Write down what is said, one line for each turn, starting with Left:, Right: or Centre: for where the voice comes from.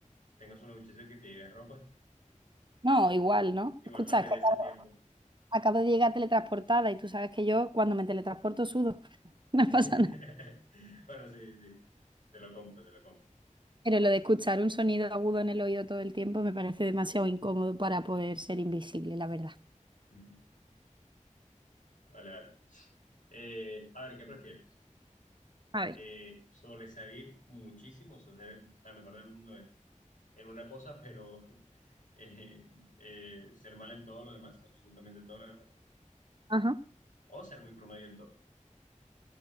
Left: tengas una ducha cerca y te lleves ropa,
Right: no, igual,
Left: <laughs>
Right: ¿no?
Left: igual
Right: Escucha,
Left: perderías
Right: es que acabo,
Left: el tiempo.
Right: acabo de llegar teletransportada y tú sabes que yo cuando me teletransporto sudo, <laughs> no
Left: <laughs>
Right: pasa nada.
Left: Bueno, sí, sí, te lo compro, te lo compro.
Right: Pero lo de escuchar un sonido agudo en el oído todo el tiempo me parece demasiado incómodo para poder ser invisible, la verdad.
Left: Ujú. Vale, vale. Eh, a ver, ¿qué prefieres?
Right: A ver,
Left: Eh, sobresalir muchísimo, o sea, ser la mejor del mundo en, en una cosa, pero <laughs> eh, eh, ser mal en todo lo demás, absolutamente todo lo demás,
Right: ajá.
Left: o ser muy promedio en todo.